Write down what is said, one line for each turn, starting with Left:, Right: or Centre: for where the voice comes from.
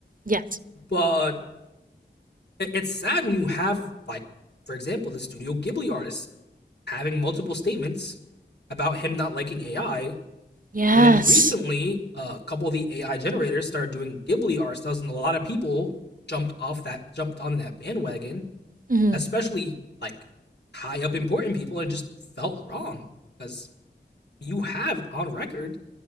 Right: Yes.
Left: But it, it's sad when you have like, for example, the Studio Ghibli artist having multiple statements about him not liking AI
Right: Yes.
Left: And then recently, uh, a couple of the AI generators started doing Ghibli art styles, and a lot of people jumped off that, jumped on that bandwagon,
Right: hmm
Left: especially like high up important people, and just felt wrong because you have on record